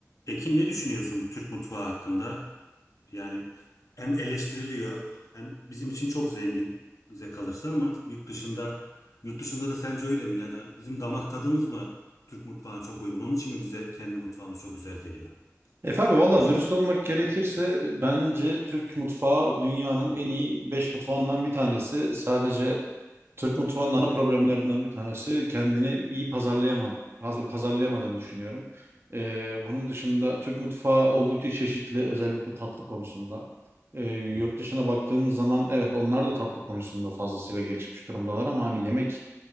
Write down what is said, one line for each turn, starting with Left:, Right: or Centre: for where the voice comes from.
Left: Ekin ne düşünüyorsun bu Türk mutfağı hakkında? Yani hem eleştiriliyor hem bizim için çok zengin bize kalırsa ama yurt dışında yurt dışında da sence öyle mi? Ya da bizim damak tadımız mı Türk mutfağına çok uygun? Onun için mi bize kendi mutfağımız çok güzel geliyor
Right: Efe abi valla
Left: mesela?
Right: dürüst olmak gerekirse bence Türk mutfağı dünyanın en iyi 5 mutfağından bir tanesi. Sadece Türk mutfağının ana problemlerinden bir tanesi kendini iyi pazarlayama- paz- pazarlayamadığını düşünüyorum. Ee, bunun dışında Türk mutfağı oldukça çeşitli özellikle tatlı konusunda. Ee, yurt
Left: Hı,
Right: dışına baktığımız zaman evet onlar da tatlı konusunda fazlasıyla gelişmiş durumdalar ama hani yemek